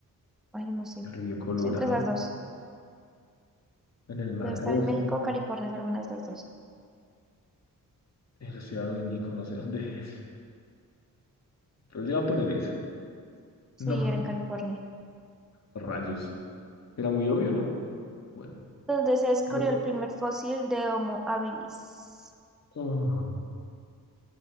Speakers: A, in the centre; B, on the left.
A: Ay, no sé.
B: El río Colorado,
A: Estoy entre esas dos.
B: en el Mar
A: Debe estar
B: Rojo,
A: en México o California, es alguna de estas dos.
B: el Océano Índico, no sé <laughs> dónde es. Pero yo voy a poner eso.
A: Sí,
B: No,
A: era en California.
B: rayos. Era muy obvio, ¿no? Bueno.
A: Donde se descubrió
B: do-
A: el primer fósil de Homo habilis.
B: oh,